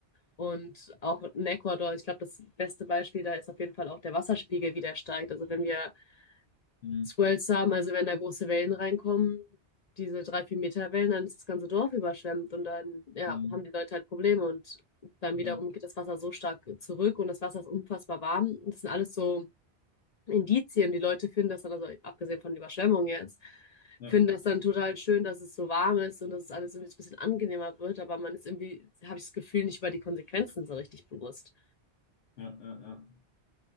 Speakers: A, on the left (about 55°); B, on the left (about 75°).
A: Und auch in Ecuador, ich glaube, das beste Beispiel da ist auf jeden Fall auch der Wasserspiegel, wie der steigt. Also wenn wir
B: Mhm.
A: Swells haben, also wenn da große Wellen reinkommen, diese drei, vier Meter Wellen, dann ist das ganze Dorf überschwemmt und dann, ja,
B: Mhm.
A: haben die Leute halt Probleme und dann
B: Ja.
A: wiederum geht das Wasser so stark zurück und das Wasser ist unfassbar warm. das sind alles so Indizien, die Leute finden das dann, also abgesehen von der Überschwemmung jetzt,
B: Ja.
A: finden das dann total schön, dass es so warm ist und dass es alles irgendwie ein bisschen angenehmer wird, aber man ist irgendwie, habe ich das Gefühl, nicht über die Konsequenzen so richtig bewusst.
B: Ja. Ja. Ja.